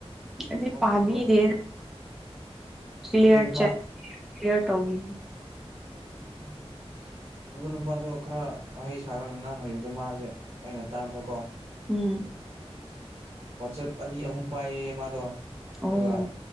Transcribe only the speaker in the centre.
ꯑꯩꯗꯤ
ꯄꯥꯕꯤꯗꯦ ꯀ꯭ꯂꯤꯌ꯭ꯔ
ꯆꯦꯠ ꯀ꯭ꯂꯤꯌꯔ ꯇꯧꯕꯤ
ꯎꯝ
ꯑꯣ